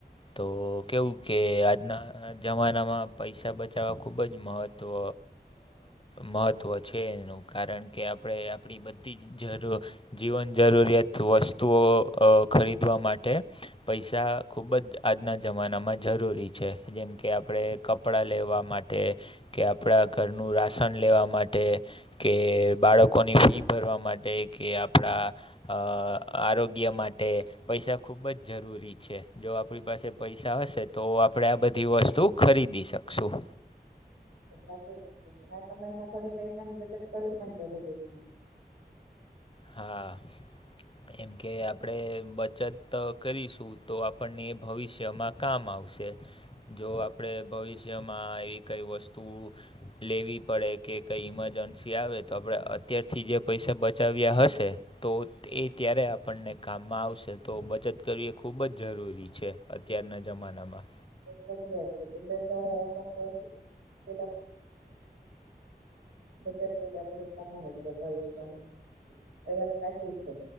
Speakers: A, on the left (about 30°); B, on the right (about 90°).
A: તો કેવું કે આજના જમાનામાં પૈસા બચાવવા ખૂબ જ મહત્ત્વ એ મહ ત્વ છે એનું કારણ કે આપણે આપણી બધી જ જરૂ જીવન જરૂરિયાત વસ્તુઓ અ ખરીદવા માટે પૈસા ખૂબ જ આજના જમાનામાં જરૂરી છે જેમ કે આપણે કપડાં લેવા માટે કે આપણા ઘરનું રાશન લેવા માટે માટે કે બાળકોની ફી ભરવા માટે કે આપણા અ આરોગ્ય માટે પૈસા ખુબ જ જરૂરી છે જો આપણી પાસે પૈસા હશે તો આપડે આ બધી વસ્તુ ખરીદી શકશું.
B: સાચી વાત છે આ સમયમાં થોડી પૈસાની બચત કરાવી પણ જરૂરી છે
A: હા એમ કે આપડે બચત કરીશું તો આપણને એ ભવિષ્યમાં કામ આવશે. જો આપ આપણે ભવિષ્યમાં એવી કઈ વસ્તુ લેવી પડે કે કંઈ ઇમજન સી આવે તો આપણે અત્યારથી જે પૈસા બચાવ્યા હશે. તો એ ત્યારે આપણને કામમાં આવશે તો બચત કરવી એ ખૂબ જ જરૂરી છે. અત્યારના જમાનામાં
B: એ સાચી વાત છે <unintelligible> <inaudible> બચત કર્યા, આપણી કમાણી જરૂર હોય છે, એમ. એ વાત સાચી છે